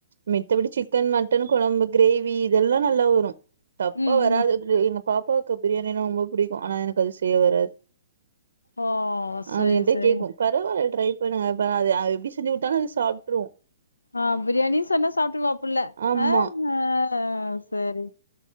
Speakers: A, on the right; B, on the left.
A: மித்தபடி சிக்கன் மட்டன் குழம்புக் கிரேவி இதெல்லாம் நல்லா வரும் தப்பா
B: ம்
A: வராதுங்க
B: ம்
A: கிரேவி பாப்பாவுக்கு பிரியாணின்னா ரொம்ப புடிக்கும் ஆனா எனக்கு அது செய்ய வராது
B: ஓ சரி
A: அது என்ட்ட
B: சரி
A: கேட்கும் பரவாயில் ட்ரை பண்ணுங்க அத ப்ப அது எப்டி செஞ்சு கொடுத்தாலும் சாப்டுருவோம்
B: ஆஹ் பிரியாணின் சொன்னா சாப்பிட்டுவாப் புள்ள
A: ஆமா.
B: ஆஹ் ஆஹ் சரி